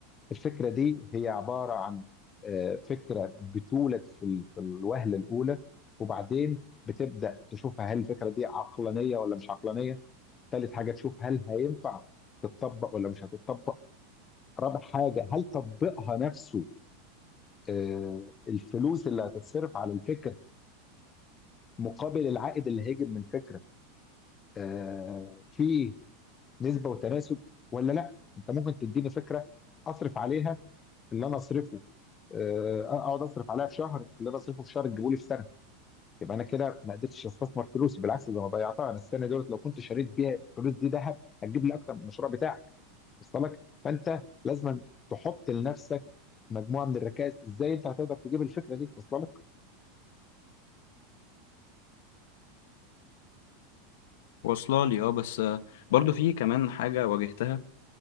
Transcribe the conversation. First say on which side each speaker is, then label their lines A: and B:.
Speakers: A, on the left; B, on the left.
A: الفكره دي هي عباره عن آه، فكره بتولد في ال- في الوهله الاولى وبعدين بتبدا تشوفها هل الفكره دي عقلانيه ولا مش عقلانيه ثالث حاجة تشوف هل هينفع تتطبق ولا مش هتتطبق رابع حاجة هل تطبيقها نفسه آه، الفلوس اللي هتتصرف على الفكرة مقابل العائد اللي هيجي من الفكرة آه، في نسبة وتناسب ولا لا انت ممكن تديني فكرة اصرف عليها اللي انا اصرفه آه، اقعد اصرف عليها في شهر اللي انا اصرفه في شهر تجيبه لي في سنة يبقى انا كده ما قدرتش استثمر فلوسي بالعكس ده انا ضيعتها انا السنه دولت لو كنت شريت بيها الفلوس دي ذهب هتجيب لي اكتر من المشروع بتاعك وصل لك فانت لازم تحط لنفسك مجموعه من الركائز ازاي انت هتقدر تجيب الفكره دي وصل لك
B: واصله لي اه بس آه، برضو في كمان حاجة واجهتها